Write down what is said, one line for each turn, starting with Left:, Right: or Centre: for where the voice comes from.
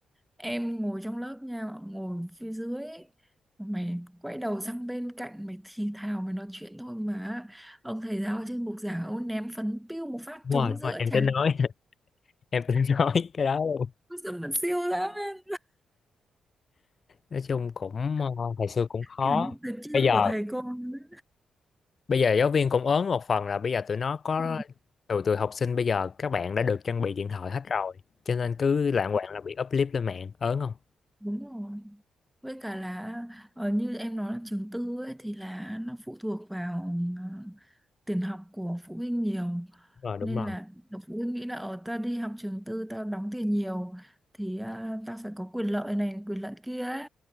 Centre: em ngồi trong lớp nha ngồi phía dưới ấy. mày quay đầu sang bên cạnh mày thì thào mày nói chuyện thôi mà ông thầy giáo ở trên bục giảng ông ném phấn piu một phát
Left: đúng
Centre: trúng
Left: rồi đúng
Centre: giữa
Left: rồi em
Centre: trán
Left: tính nói <laughs> em tính nói cái đó luôn
Centre: Ôi giời, mà siêu lắm em
Left: nói chung cũng ờ, ngày xưa cũng khó
Centre: kiểu như tuyệt chiêu
Left: bây giờ
Centre: của thầy cô ấy.
Left: bây giờ giáo viên cũng ớn một phần là bây giờ tụi nó có
Centre: Ừ,
Left: tụi tụi học sinh bây giờ các bạn đã được trang bị điện thoại hết rồi cho nên cứ lạng quạng là bị up clip lên mạng ớn không
Centre: đúng rồi với cả là ờ, như em nói là trường tư ấy thì là nó phụ thuộc vào ờ, tiền học của phụ huynh nhiều
Left: đúng rồi đúng
Centre: nên
Left: rồi
Centre: là độc phụ huynh nghĩ là ở tao đi học trường tư tao đóng tiền nhiều thì à, tao phải có quyền lợi này quyền lợi kia ấy